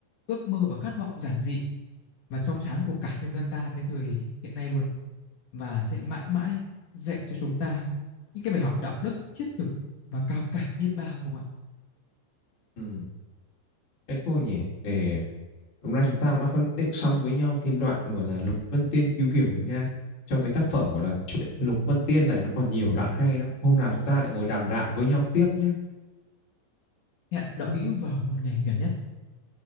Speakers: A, on the left (about 80°); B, on the left (about 40°).
A: ước mơ và khát vọng giản dị và trong sáng của cả nhân dân ta cái thời hiện nay luôn và sẽ mãi mãi dạy cho chúng ta những cái bài học đạo đức thiết thực và cao cả biết bao ông ạ.
B: Ừ. Thế thôi nhỉ, để Đúng ra chúng ta cũng đã phân tích xong với nhau cái đoạn gọi là Lục Vân Tiên cứu kiều Nguyệt Nga. Trong cái tác phẩm gọi là chuyện Lục Vân Tiên này nó còn nhiều đoạn hay lắm. Hôm nào chúng ta lại ngồi đàm đạo với nhau tiếp nhé.
A: Hẹn đạo hữu vào một ngày gần nhất.